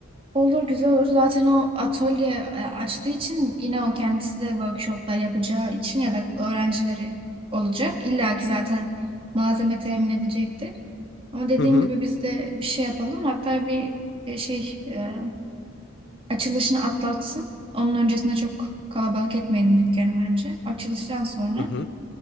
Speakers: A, on the right; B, on the left.
A: Olur güzel olur. Zaten o atölye e, açtığı için yine o kendisi de workshoplar yapacağı için ya da öğrencileri olacak. İlla ki zaten malzeme temin edecekti. Ama dediğim
B: Hı hı.
A: gibi biz de bir şey yapalım. Hatta bir e, şey e, açılışını atlatsın. Onun öncesinde çok kalabalık etmeyelim dükkanı bence. Açılıştan sonra
B: Hı hı.